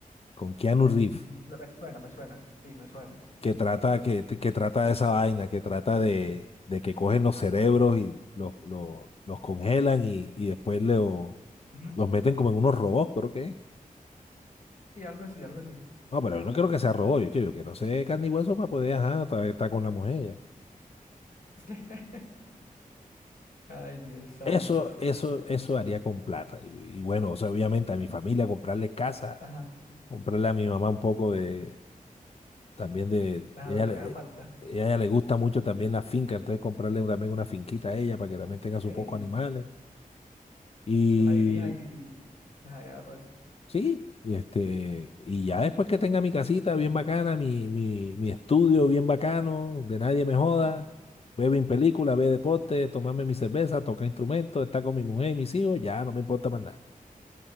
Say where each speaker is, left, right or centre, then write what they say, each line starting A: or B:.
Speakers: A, on the left; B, on the left.
A: con Keanu Reeves,
B: Mm, la- Me suena, me suena. Sí, me suena.
A: que trata, que, que trata de esa vaina, que trata de, de que cogen los cerebros y los, los, los congelan y, y después le
B: Ujú.
A: Los meten como en unos robots, creo que es.
B: Y algo así, algo así,
A: No, pero
B: la verdad.
A: yo no quiero que sea robot, yo, quiero- yo quiero ser carne y hueso para poder, ajá, estar estar con la mujer. ya.
B: <laughs> Ay, Dios santo,
A: Eso,
B: vale.
A: eso, eso haría con plata. Y, y bueno, o sea, obviamente a mi familia comprarle casa,
B: Ajá,
A: comprarle a mi mamá un poco de, también de,
B: ajá,
A: ella
B: lo que
A: le,
B: le haga falta.
A: ella, ella le gusta mucho también la finca, entonces comprarle también una finquita a ella para que también
B: Ah, Ok,
A: tenga sus
B: que
A: pocos animales. y
B: la dirija y, y ajá, y haga todo eso.
A: Sí, y este, y ya después que tenga mi casita bien bacana, mi, mi, mi estudio bien bacano, de nadie me joda,
B: Ajá,
A: veo mi película, veo deporte, tomarme mi cerveza, tocar instrumentos, estar con mi mujer y mis hijos, ya no me importa más nada.